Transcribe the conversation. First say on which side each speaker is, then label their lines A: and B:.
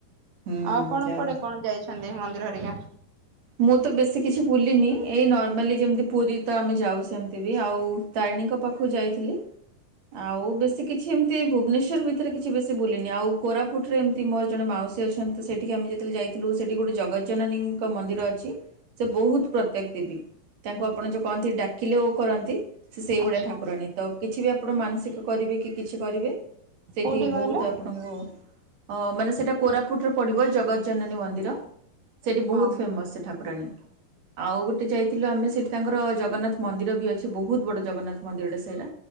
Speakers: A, on the right; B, on the right.
A: ହୁଁ
B: ଆଉ କଣ
A: ଯାହା
B: କୁଆଡେ
A: ହଉ।
B: କଣ ଯାଇ? ଛନ୍ତି ମନ୍ଦିରହେରିକା?
A: ମୁଁ ତ ବେଶୀ କିଛି ବୁଲିନି ଏଇ ନର୍ମାଲି ଯେମିତି ପୁରୀ ତ ଆମେ ଯାଉ, ସେମିତି ବି ଆଉ ତାରିଣୀଙ୍କ ପାଖକୁ ଯାଇଥିଲି। ଆଉ ବେଶୀ କିଛି ଏମତି ଭୁବନେଶ୍ଵର ଭିତରେ କିଛି ବେଶୀ ବୁଲିନି, ଆଉ କୋରାପୁଟରେ ଏମତି ମୋର ଜଣେ ମା ମାଉସୀ ଅଛନ୍ତି, ସେଠିକି ଆମେ ଯେତେବେଳେ ଯାଇଥିଲୁ ସେଠି ଗୋଟେ ଜଗତଜ୍ଜନନୀଙ୍କ ମନ୍ ମନ୍ଦିର ଅଛି, ସେ ବହୁତ ପ୍ରତ୍ୟେକ ଦେବୀ। ତାଙ୍କୁ ଆପଣ ଯୋଉ କହନ୍ତି ଡାକିଲେ ଓ କରନ୍ତି, ସେ ସେଇଭଳିଆ
B: ଆଚ୍ଛା
A: ଠାକୁରାଣୀ, ତ କିଛି ବି ଆପଣ ମାନସିକ କରିବେକି କିଛି କରିବେ, ସେଠି
B: କୋଉଠି କହିଲେ
A: ବହୁତ୍ ଆପଣଙ୍କୁ ଅ ମାନେ ସେଇଟା କୋରାପୁଟରେ ପଡିବ ଜଗତଜ୍ଜନନୀ ମନ୍ଦିର, ସେଠି ବହୁତ୍
B: ହଁ
A: ଫେମସ୍ ଠାକୁରାଣୀ, ଆଉ ଗୋଟେ ଯାଇଥିଲୁ ଆମେ ସେଠି ତାଙ୍କର ଜଗନ୍ନାଥ ମନ୍ଦିର ବି ଅ ଛି ବହୁତ ବଡ ଜଗନ୍ନାଥ ମନ୍ଦିରଟା ସେଇଟା,